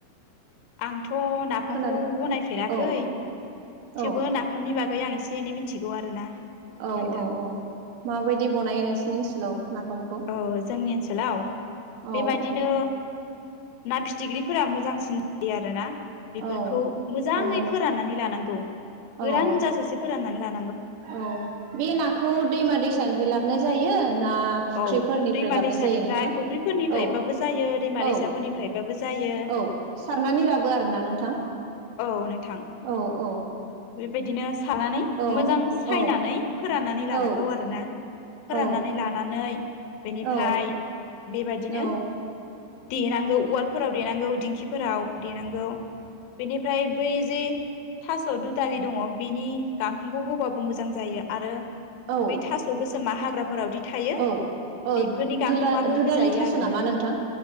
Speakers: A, on the left; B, on the right.
A: आंथ' नाफामखौ
B: खोनादों
A: बनायफेराखै
B: औ औ
A: थेवबो नाफामनि बागै आं एसे एनै मिथिगौ आरोना
B: औ
A: नोंथां
B: औ औ माबायदि बनायो नोंसोरनि ओनसोलाव नाफामखौ
A: औ जोंनि ओनसोलाव
B: औ
A: बेबादिनो ना फिथिख्रिफोरा मोजांसिन जायो आरोना बेफोरखौ
B: औ
A: मोजाङै
B: औ
A: फोराननानै लानांगौ गोरान
B: औ
A: जाजासे फोराननानै ला
B: औ बे नाखौ दैमा दैसानिफ्राय लाबोन जायो ना फुख्रिफोरनिफ्राय
A: औ दैमा
B: लाबोनाय
A: दैसानिफ्राय
B: जायो नोंथां
A: फुख्रिफोरनिफ्रायबाबो
B: औ
A: जायो दैमा
B: औ
A: दैसाफोरनिफ्रायबाबो जायो।
B: औ सारनानै लाबो आरो ना नोंथां?
A: औ नोंथां
B: औ औ
A: बेबायदिनो सानानै
B: औ
A: मोजां सायनानै
B: औ
A: फोराननानै
B: औ
A: लानांगौ आरो ना फोराननानै
B: औ
A: लानानै बेनिफ्राय
B: औ
A: बेबायदिनो
B: औ
A: देनांगो उवाल फोराव देनांगौ दिंखिफोराव देनांगौ बेनिफ्राय बै जे था स'दुदालि दङ बेनि गांखंखौ होबाबो मोजां जायो आरो
B: औ
A: बै थास' गोसो मा हाग्राफोरावदि थायो
B: औ औ
A: बेफोरनि गांखङाबो
B: दुला दुदालि
A: होजायो
B: थास'
A: आरो
B: नामा
A: ना
B: नोंथां